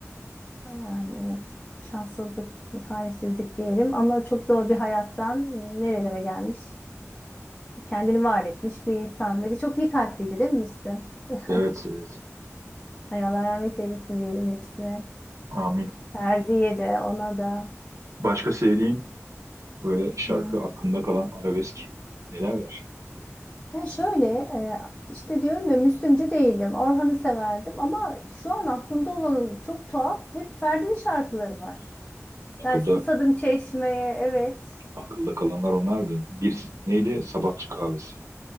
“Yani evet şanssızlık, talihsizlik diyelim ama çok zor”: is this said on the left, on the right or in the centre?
Left